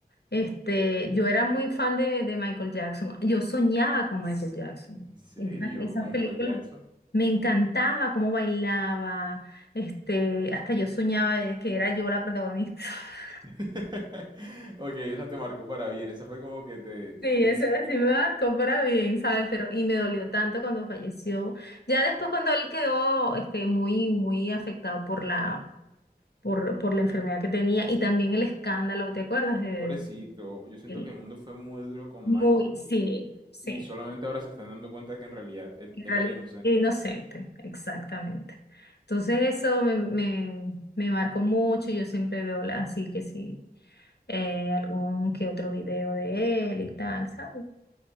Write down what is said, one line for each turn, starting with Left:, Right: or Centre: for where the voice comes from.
Left: Este, yo era muy fan de, de Michael Jackson. Yo soñaba con Michael Jackson.
Right: ¿En serio,
Left: Esas, esas
Right: Michael
Left: películas
Right: Jackson?
Left: me encantaba cómo bailaba. Este, hasta yo soñaba de que era yo la protagonista. <laughs>
Right: <laughs> Ok, esa te marcó para bien, esa fue como que te,
Left: Sí,
Right: te
Left: eso
Right: inspiró.
Left: sí me marcó para bien, ¿sabes? Pero, y me dolió tanto cuando falleció. Ya después cuando él quedó, este, muy, muy afectado por la, por, por la enfermedad que tenía y también el escándalo, ¿te acuerdas de,
Right: Pobrecito, yo siento
Left: de-
Right: que el mundo fue muy duro con
Left: Muy,
Right: Michael
Left: sí,
Right: y,
Left: sí.
Right: y solamente ahora se están dando cuenta que en realidad él,
Left: En
Right: él
Left: realidad,
Right: era inocente.
Left: inocente, exactamente. Entonces eso me, me, me marcó mucho, yo siempre veo la- así que sí, eh, algún que otro video de él y tal, ¿sabes?